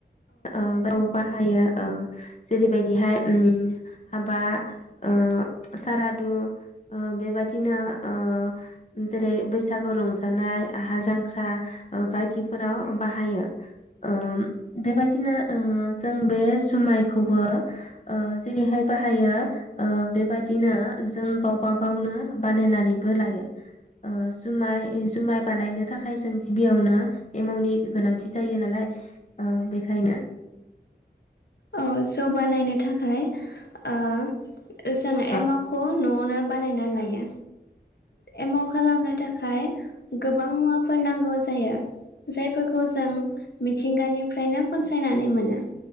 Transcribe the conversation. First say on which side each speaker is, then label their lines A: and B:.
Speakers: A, on the left (about 40°); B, on the left (about 70°).
A: आ औ बाहायो ओ जेरै बायदिहाय ओम हाबा ओ सारादु ओ बेबदिनो ओ जेरै बैसागो रंजानाय हाल जांख्रा ओ बायदिफोराव बाहायो ओ बेबायदि दिनो ओ जों बे जुमायखौबो ओ जेरैहाय बाहायो ओ बेबायदिनो जों गावबा-गावनो बानायनानै बो लायो ओ जुमाइ ओ जुमाय बानायनो थाखाय जों गिबियावनो एमावनि गोनांथि जायो नालाय ओ बे खायना
B: औ जौ बानायनो थाखाय ओ जों
A: औ
B: एमावखौ न'आवनो बानायना लायो एमाव खालामनो थाखाय गोबां मुवाफोर नांगौ जायो जायफोरखौ जों मिथिंगानिफ्रायनो खनसायनानै नै मोनो